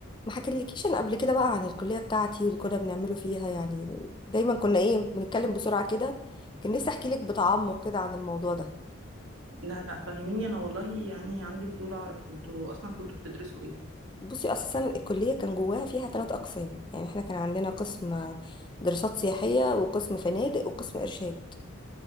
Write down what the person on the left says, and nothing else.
ما حكيتلكيش انا قبل كده بقى عن الكليه بتاعتي واللي كنا بنعمله فيها يعني دايما كنا ايه بنتكلم بسرعه كده كان نفسي احكي لك بتعمق كده عن الموضوع ده
بصي اساسا الكليه كان جواها فيها ثلاث اقسام يعني احنا كان عندنا قسم دراسات سياحيه وقسم فنادق وقسم ارشاد